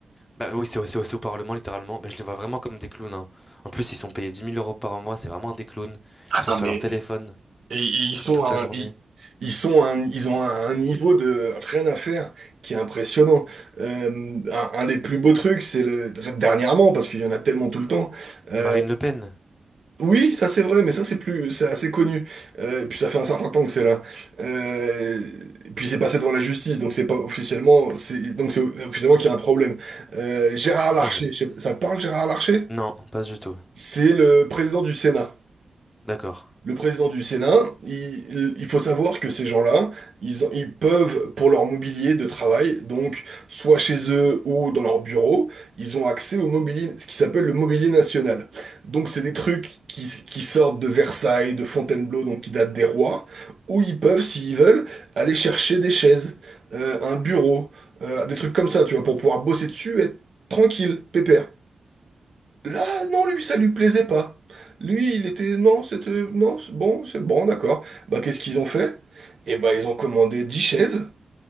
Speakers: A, on the left; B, on the right.
A: Bah oui, c'est au, c'est au c'est au Parlement, littéralement. Bah, je les vois vraiment comme des clowns. hein. En plus, ils sont payés dix mille euros par mois, c'est vraiment des clowns.
B: Ah
A: Ils sont
B: non,
A: sur
B: mais
A: leur téléphone
B: et- et ils
A: toute,
B: sont
A: toute
B: à
A: la journée.
B: un, ils, ils sont à un- ils ont un niveau de rien à faire qui est impressionnant. Euh, un, un des plus beaux trucs, c'est le dernièrement parce qu'il y en a tellement tout le temps. euh,
A: Marine Le Pen?
B: Oui, ça c'est vrai, mais ça c'est plus, c'est assez connu. Euh, et puis ça fait un certain temps que c'est là. Euh, et puis c'est passé devant la justice, donc c'est pas officiellement, c'est donc c'est officiellement qu'il y a un problème. Euh, Gérard
A: <laughs>
B: Larcher, je sais- ça te parle Gérard Larcher?
A: Non, pas du tout.
B: C'est le président du Sénat.
A: D'accord.
B: Le président du Sénat, il, il faut savoir que ces gens-là, ils, ils peuvent, pour leur mobilier de travail, donc soit chez eux ou dans leur bureau, ils ont accès au mobilier, ce qui s'appelle le mobilier national. Donc c'est des trucs qui, qui sortent de Versailles, de Fontainebleau, donc qui datent des rois, où ils peuvent, s'ils veulent, aller chercher des chaises, euh, un bureau, euh, des trucs comme ça, tu vois, pour pouvoir bosser dessus, être tranquille, pépère. Là, non, lui, ça lui plaisait pas. Lui, il était, non, c'était, non, c'est bon, c'est bon, d'accord. Bah, qu'est-ce qu'ils ont fait? Eh bah, ils ont commandé 10 chaises,